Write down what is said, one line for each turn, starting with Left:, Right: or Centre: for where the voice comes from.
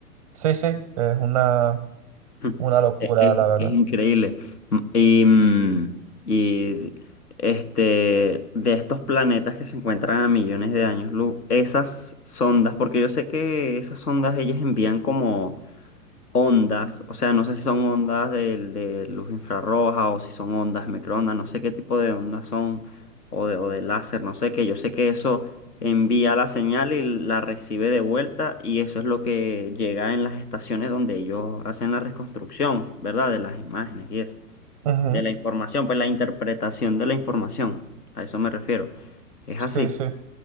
Right: Sí, sí, es una,
Left: <laughs>
Right: una locura,
Left: Es, es-
Right: la verdad.
Left: es increíble. Mm, Y, mm, y este, de estos planetas que se encuentran a millones de años luz, esas sondas, porque yo sé que esas sondas ellas envían como ondas, o sea, no sé si son ondas del- de, luz infrarroja o si son ondas microondas, no sé qué tipo de ondas son o de, o de láser, no sé qué, yo sé que eso envía la señal y la recibe de vuelta y eso es lo que llega en las estaciones donde ellos hacen la reconstrucción, ¿verdad? De las imágenes y eso,
Right: Ujú,
Left: de la información, pues la interpretación de la información, a eso me refiero, es así.
Right: Sí, sí.